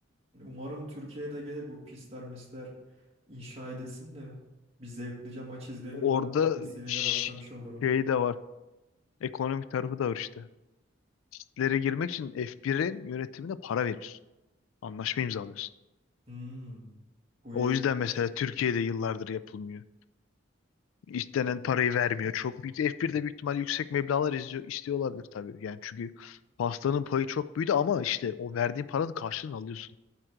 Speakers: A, on the right; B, on the left.
A: Hani Umarım Türkiye'de gelir bu pisler misler inşa edesin de bir zevklice maç izleyelim.
B: Orada
A: Ben de bu vesileyle
B: ş-
A: başlamış olurum.
B: şey de var. Ekonomik tarafı da var işte. Listelere girmek için F1'in yönetimine para veriyorsun. Anlaşma imzalıyorsun.
A: Hmm, bu
B: O
A: ilginçmiş.
B: yüzden mesela Türkiye'de yıllardır yapılmıyor. İstenen parayı vermiyor. Çok büyük. F1'de büyük ihtimal yüksek meblağlar izliyor, istiyor olabilir tabii. Yani çünkü pastanın payı çok büyüdü ama işte o verdiğin paranın karşılığını alıyorsun.